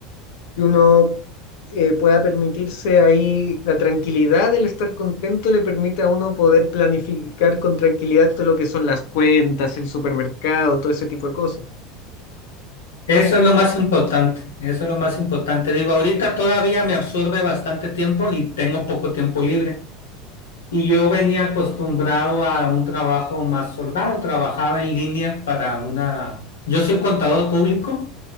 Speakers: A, on the left; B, on the left.
A: uno eh, pueda permitirse ahí la tranquilidad, el estar contento le permite a uno poder planificar con tranquilidad todo lo que son las cuentas, el supermercado, todo ese tipo de cosas.
B: Eso es lo más importante, eso es lo más importante. Digo, ahorita todavía me absorbe bastante tiempo y tengo poco tiempo libre. Y yo venía acostumbrado a un trabajo más holgado, trabajaba en línea para una... Yo soy contador público